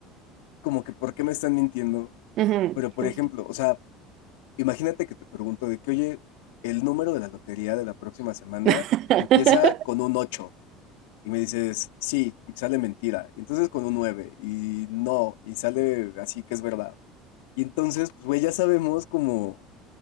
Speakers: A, on the left; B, on the right.
A: como que ¿por qué me están mintiendo?
B: ujú,
A: Pero por
B: justo.
A: ejemplo, o sea, Imagínate que te pregunto de que, oye, el número de la lotería de la próxima semana
B: <laughs>
A: empieza con un 8 y me dices, sí, y sale mentira, y entonces con un 9 y no, y sale así que es verdad. Y entonces, pues, güey, ya sabemos como,